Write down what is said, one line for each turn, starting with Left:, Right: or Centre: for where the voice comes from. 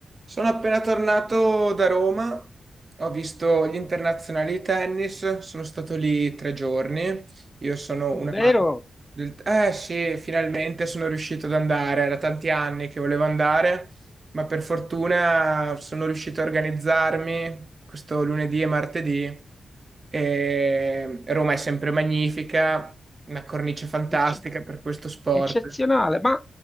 Right: Sono appena tornato da Roma, ho visto gli internazionali di tennis, sono stato lì tre giorni. Io sono
Left: Davvero
Right: un amante del... Eh sì, finalmente sono riuscito ad andare, era tanti anni che volevo andare, ma per fortuna sono riuscito a organizzarmi questo lunedì e martedì. E Roma è sempre magnifica, una cornice fantastica
Left: ecce-
Right: per questo sport.
Left: eccezionale. Ma